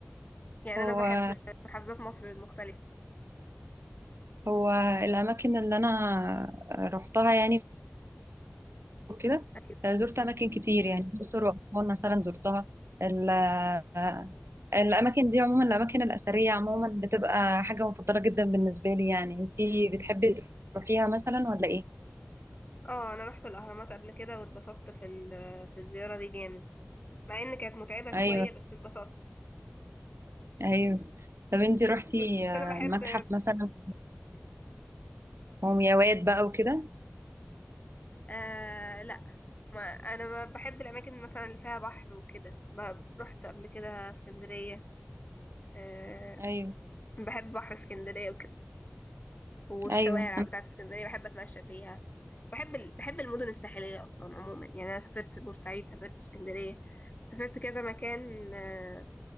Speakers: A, on the left (about 40°); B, on the right (about 85°).
A: يعني
B: هو
A: انا بحب محافظات مصر المختلفة
B: هو الأماكن اللي أنا رحتها يعني كده
A: ايوه
B: آه، زرت
A: مم.
B: أماكن كتير يعني الأقصر وأسوان مثلا زرتها ال- آه، الأماكن دي عموما الأماكن الأثرية عموما بتبقى حاجة مفضلة جدا بالنسبة لي يعني انتي بتحبي تروحيها مثلا ولا ايه؟
A: اه انا رحت الاهرامات قبل كده واتبسطت في ال- في الزيارة دي جامد مع ان كانت متعبة شوية
B: ايوه
A: بس اتبسطت
B: ايوه طب انتي روحتي
A: بس بس
B: آه،
A: انا بحب
B: متحف مثلا ومياوات بقى وكده
A: آه لا ما انا ما بحب الاماكن مثلا اللي فيها بحر وكده ب- رحت قبل كده اسكندريه آه
B: ايوه
A: بحب بحر اسكندريه وكده والشوارع
B: ايوه
A: بتاعت
B: أنا-
A: اسكندريه بحب اتمشى فيها بحب ال... بحب المدن الساحليه اصلا عموما يعني انا سافرت بورسعيد سافرت اسكندريه سافرت كذا مكان آه